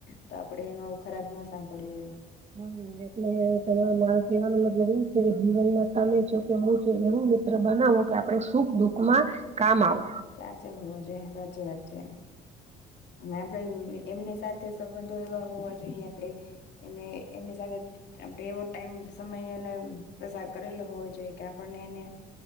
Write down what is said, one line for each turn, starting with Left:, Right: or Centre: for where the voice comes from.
Left: તો આપડે એનુ આવુ ખરાબ ન સાંભળયે એમ
Right: હમ એટલે તમાર મારો કેવાનો મતલબ ઇછે જીવનમાં તમે છો કે હું છો એવું મિત્રો બનાવો કે આપણે સુખ દુઃખમાં કામ આવે.
Left: સાચે હોવો જોઈએ સાચી વાત છે. અને આપડે એમની સાથે સંબંધો એવા હોવા જોઈએ આપણે એને એમની સાથે આપડે એવો ટાઈમ સમય અને પ્રસાર કરેલો હોવો જોઈએ કે આપણને એને